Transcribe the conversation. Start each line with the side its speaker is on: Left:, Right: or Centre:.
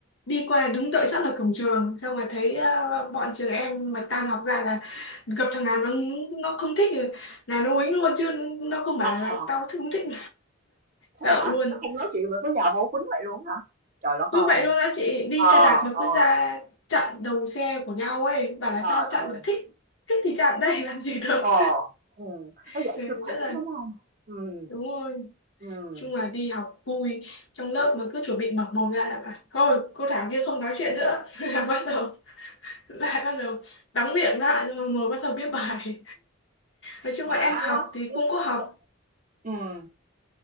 Left: đi qua đứng đợi sẵn ở cổng trường, xong rồi thấy à, bọn trường em mà tan học ra là gặp thằng nào nó nó không thích thì là nó uýnh luôn chứ nó không bảo
Right: À,
Left: là tao thích không thích
Right: thế
Left: dạo
Right: hả?
Left: luôn
Right: Nó không nói chuyện mà cứ nhào vô quýnh vậy luôn hả? Trời đất ơi.
Left: Cứ vậy luôn á chị Đi
Right: Ờ,
Left: xe đạp mà
Right: ờ,
Left: cứ ra chặn đầu xe của nhau ấy Bảo là
Right: trời
Left: sao
Right: ơi.
Left: chặn mà thích Thích thì chặn đây <laughs> làm gì được
Right: Ờ. Ừ,
Left: <laughs>
Right: nó dạy
Left: Ừ,
Right: khiêu khích
Left: Rất
Right: đó
Left: là
Right: đúng không? Ừ,
Left: đúng rồi
Right: ừ.
Left: chung là đi học vui Trong lớp mà cứ chuẩn bị mở mồm ra là bảo, Thôi cô Thảo kia không nói chuyện nữa <laughs> Là bắt đầu lại bắt đầu đóng miệng lại rồi ngồi bắt đầu viết bài Nói chung
Right: Mà
Left: là em
Right: nó
Left: học
Right: nó
Left: thì
Right: nó
Left: cũng có học
Right: nó- ừ